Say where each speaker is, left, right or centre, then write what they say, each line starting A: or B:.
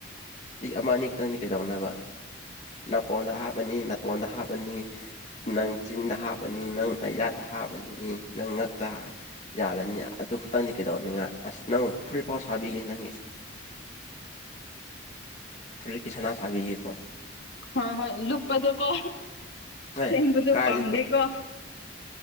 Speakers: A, on the left (about 35°); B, on the left (about 60°).
A: ꯂꯤꯛ ꯑꯃ ꯑꯅꯤ ꯈꯛꯇꯪꯗꯤ ꯀꯩꯗꯧꯅꯕ ꯅꯥꯀꯣꯟꯗ ꯍꯥꯞꯄꯅꯤ ꯇꯣꯟꯗ ꯍꯥꯞꯄꯅꯤ ꯅꯪ ꯆꯤꯟꯗ ꯍꯥꯞꯕꯅꯤ ꯅꯪ ꯅꯌꯥꯗ ꯍꯥꯞꯄꯅꯤ ꯅꯪ ꯉꯛꯇ ꯌꯥꯜꯂꯅꯤ ꯑꯗꯨ ꯈꯛꯇꯪꯗꯤ ꯀꯩꯗꯧꯅꯤꯉꯥꯏ ꯑꯁ ꯅꯪ ꯐꯨꯔꯤꯠꯐꯥꯎ ꯁꯥꯕꯤꯒꯦ ꯅꯪꯒꯤ ꯐꯨꯔꯤꯠꯀꯤ ꯁꯅꯥ ꯁꯥꯕꯤꯒꯦꯀꯣ
B: ꯍꯣꯏ ꯍꯣꯏ ꯂꯨꯞꯄꯗꯣꯀꯣ
A: ꯑꯦ
B: ꯁꯦꯡꯕꯗꯣ
A: ꯀꯥꯏꯗꯩ
B: ꯄꯥꯝꯗꯦꯀꯣ